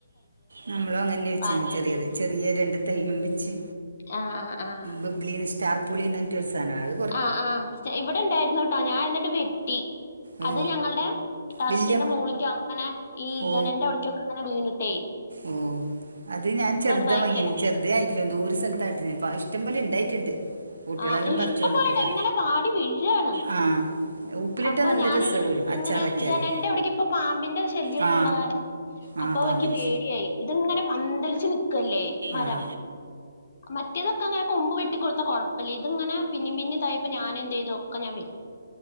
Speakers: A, on the right (about 80°); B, on the left (about 55°).
A: നമ്മളോ അങ്ങനെ വെച്ചിന്
B: വാങ്ങി
A: ചെറിയ
B: വെച്ചു
A: ചെറിയ രണ്ട് തയ്യും വെച്ച്.
B: ആഹ് ആഹ് ആഹ്.
A: ബബ്ലിൻ സ്റ്റാർ പുളി എന്ന് പറഞ്ഞിട്ട് ഒരു സാദനം ആത്.
B: ആഹ് ആഹ് ഇവിടെണ്ടായിരുന്നുട്ടോ ഞാൻ എന്നിട്ട് വെട്ടി.
A: ഓ
B: അത് ഞങ്ങളുടെ ടറസിന്റെ
A: വല്യ
B: മുകളക്കോ അങ്ങനെ ഈ
A: ഓ
B: ജനലിന്റെ അവിടക്കോ. അങ്ങനെ വീണിട്ടേയ്
A: ഓ അത് ഞാൻ ചെറുത
B: ഭയങ്കര
A: വങ്ങീന് ചെറുതയ. ഇല്ല ദൂര സ്ഥലത്തായിട്ട ഇപ്പ ഇഷ്ടം പോലെ ഉണ്ടായിട്ടുണ്ട്. കുട്ടികളെല്ലാം
B: ആ ഇഷ്ടം
A: പറിച്ചോണ്ട്
B: പോലെ
A: പോക്കാ
B: ഉണ്ട് ഇങ്ങനെ വാടി വീഴയാണ്.
A: ആ ഉപ്പിലിട്ടാ
B: അപ്പൊ
A: നല്ല
B: ഞാനത്
A: രസാ പോലും അച്ചാറാക്കിയാലോ
B: ഇങ്ങനെ ഞാൻ ജനലിൻറെ ഇവിടേക്ക് ഇപ്പൊ പാമ്പിന്റെ ശല്യൊക്കെ
A: ആ
B: ഉള്ള കാരണം.
A: ആ
B: അപ്പോ
A: പാമ്പിന്
B: ഇക്ക് പേടിയായി. ഇത്ങ്ങനെ പന്തലിച്ച് നിൽക്കല്ലേ മരം
A: ആ
B: മറ്റേതൊക്കെ അങ്ങനെ കൊമ്പ് വെട്ടിക്കൊടു. കുഴപ്പല്ല ഇത്ങ്ങന പിന്ന പിന്ന ഇതായപ്പോ ഞാനന്ത് ചെയ്തോ ഒക്കെ ഞാൻ വെട്ടി.